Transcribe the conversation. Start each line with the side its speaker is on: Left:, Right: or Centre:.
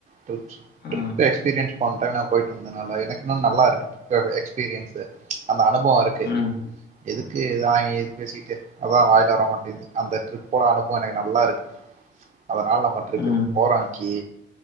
Right: டிர்ப்ஸ் டிரிப்பு
Left: ம்
Right: எக்ஸ்பிரீயன்ஸ் பண்ற நா போய்ட்டு இருந்தனால எனக்குன்னு நல்லா இருக்கு எஸ்பீரியன்ஸு அந்த அனுபவோ இருக் ஓகே
Left: ம்
Right: எதுக்குங்க இதுலா வாங்கி பேசிட்டு அதா வாயில வரமாட்டேது அந்த ட்ரிப்போட அனுபவ எனக்கு நல்லா இருக்கு அதனால நம்ம ட்ரிப்பு
Left: ம்
Right: போறோக்கி